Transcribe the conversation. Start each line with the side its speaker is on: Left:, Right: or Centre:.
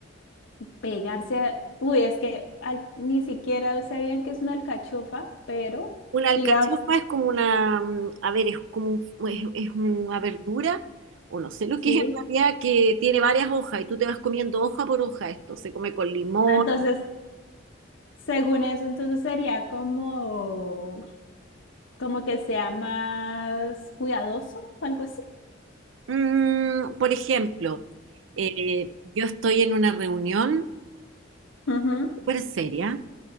Left: pegarse a, uy, es que al- ni siquiera sabían que es una alcachofa, pero,
Right: Una alcachofa
Left: digamos,
Right: es como una, mm, a ver, es como un- es, es una verdura, o no sé lo
Left: sí,
Right: que es en realidad, que tiene varias hojas y tú te vas comiendo hoja por hoja esto. Se come con limón
Left: entonces, según eso, entonces sería como... como que sea más cuidadoso o algo así.
Right: Mm, por ejemplo, eh, yo estoy en una reunión
Left: Ujú.
Right: súper seria